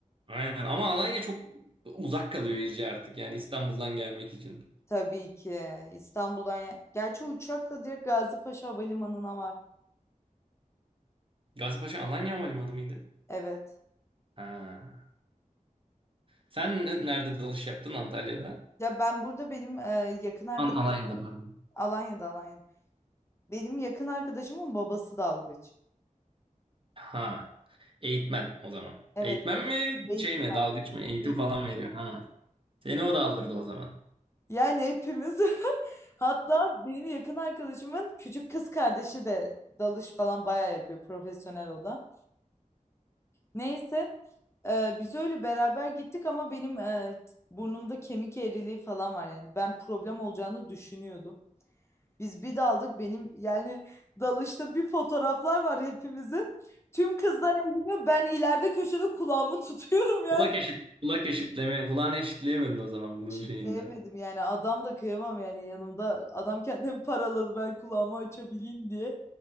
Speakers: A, on the right; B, on the left.
A: Aynen ama Alanya çok uzak kalıyor iyice artık yani İstanbul'dan gelmek için.
B: Tabii ki İstanbul'dan. ya- Gerçi uçakla direkt Gazipaşa Havalimanı'na var.
A: Gazipaşa Alanya Havalimanı mıydı?
B: Evet.
A: Ha. Sen ne- nerede dalış yaptın Antalya'da?
B: Ya ben burada benim e, yakın arkadaşım
A: An Alanya'da pardon.
B: Alanya'da Alanya'da. Benim yakın arkadaşımın babası dalgıç.
A: Ha. Eğitmen o zaman.
B: Evet
A: Eğitmen
B: evet.
A: mi
B: Eğit-
A: şey mi dalgıç mı eğitim
B: eğit-
A: falan veriyor ha. Seni o da aldırdı o zaman.
B: Yani hepimiz <laughs> hatta benim yakın arkadaşımın küçük kız kardeşi de dalış falan bayağı yapıyor profesyonel o da. Neyse e, biz öyle beraber gittik ama benim e, burnumda kemik eğriliği falan var yani ben problem olacağını düşünüyordum. Biz bir daldık benim yani dalışta bir fotoğraflar var hepimizin. Tüm kızlar eğleniyor ben ileride köşede kulağımı <laughs> tutuyorum ya.
A: Kulak eşit kulak eşitleme kulağını eşitleyemedin o zaman burun
B: Şitleyemedim
A: şeyinden.
B: yani adam da kıyamam yani yanımda adam kendini paraladı ben kulağımı açabileyim diye.